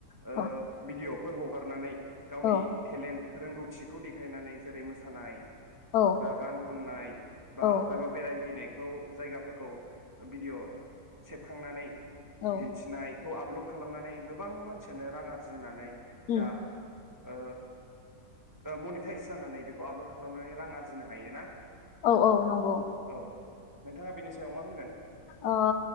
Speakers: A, on the right (about 20°); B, on the left (about 75°).
A: ओ
B: औ
A: भिदिअ' फोर हगारनानै। गावनि
B: औ
A: थेलेन्ट रोंगौथिखौ देखायनानै जेरै मोस सानाय।
B: औ
A: बा गान खननाय बा
B: औ
A: अफायबा बेरायहैनायख खौ जायगाफोरखौ बिडिअ सेबखांनानै
B: औ
A: दिन्थिनाय खौ आपलड खालामनानै गोबां मानसियानो रां आरजिनानै
B: उम
A: दा ओ ओ मनिटाइस जानानै बे खौ आपलड खालामनानै रां आर्जिनो हायो ना
B: औ औ नंगौ
A: औ नोंथाङा बिनि सायाव मा होनगोन?
B: ओ